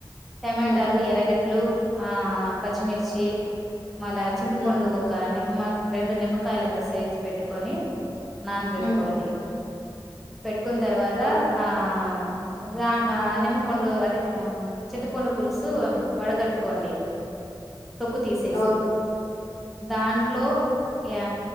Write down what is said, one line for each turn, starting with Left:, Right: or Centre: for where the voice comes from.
Centre: టమాటాలు
Left: హ్మ్
Centre: ఎరగడ్లు ఆ పచ్చిమిర్చి మళా చింతపండు
Left: హ్మ్
Centre: ఒక నిమ్మ రెండు నిమ్కాయలంత సైజ్. పెట్టుకొని. నాన్ బేట్కోండి.
Left: హ్మ్
Centre: పెట్ కున్ తర్వాత
Left: ఓ
Centre: ఆ అదా ఆహా నిమ్మపండు అదే ఆ చింతపడు పుల్సు వడగట్టుకోండి తొక్కు తీసేసి
Left: ఓ
Centre: దాంట్లో యా